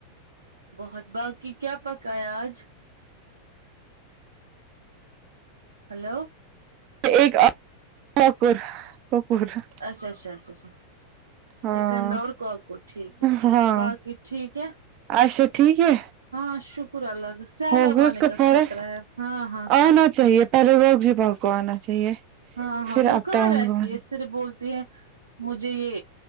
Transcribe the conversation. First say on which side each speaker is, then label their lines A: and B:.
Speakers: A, on the right (about 75°); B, on the right (about 40°).
A: بہت باقی کیا پکا ہے آج ہیلو
B: <unintelligible>
A: اچھا اچھا اچھا اچھا
B: ہاں
A: سیکنڈ ڈور کو اپ کو ٹھیک ہے ٹھیک
B: ہاں
A: ہے باقی ٹھیک ہے
B: اچھا ٹھیک ہے
A: ہاں شکر اللہ کا سیلاب
B: ہوگئی اس
A: آنے
B: کو
A: کا
B: فرق
A: خطرہ ہے ہاں ہاں
B: آنا
A: فرق
B: چاہیے
A: ہے
B: پہلے روگ جی بھاؤ کو آنا چاہیے
A: ہاں ہاں
B: پھر
A: وہ
B: اپ
A: کہاں
B: ڈاؤن
A: رہتی
B: کو آنا
A: ہے صرف بولتی ہیں مجھے یہ